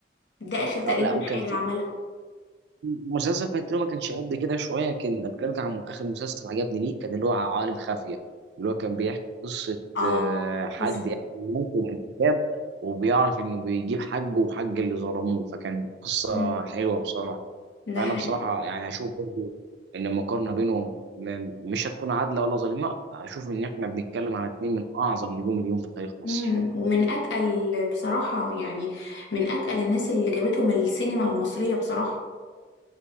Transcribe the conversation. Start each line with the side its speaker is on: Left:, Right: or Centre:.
Left: ده اخر تقريبا
Right: آه، لا وكان
Left: حاجة
Right: في
Left: عملها
Right: مسلسل فانتينو ما كانش قد كده شويه كان كان عن اخر مسلسل عجبني ليه كان اللي هو عوالم خافيه اللي هو كان بيحكي قصه
Left: اه
Right: آه، حد
Left: شفته
Right: يعني مات من الكتاب وبيعرف انه بيجيب حقه وحق اللي ظلموه فكان قصه
Left: مم.
Right: حلوه بصراحه
Left: ده
Right: فانا
Left: حقيقي
Right: بصراحه يعني اشوف برضو ان المقارنه بينهم م- مش هتكون عادله ولا ظالمه اشوف ان احنا بنتكلم على اتنين من اعظم نجوم اليوم في تاريخ مصر
Left: مم. ومن اتقل بصراحة يعني من اتقل الناس اللي جابتهم السينما المصرية بصراحة